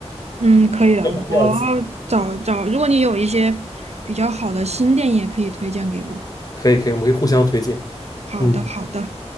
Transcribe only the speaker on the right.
嗯，可以的。
我
找找，如果你有一些比较好的新电影，也可以推荐给我。
好的，
好的。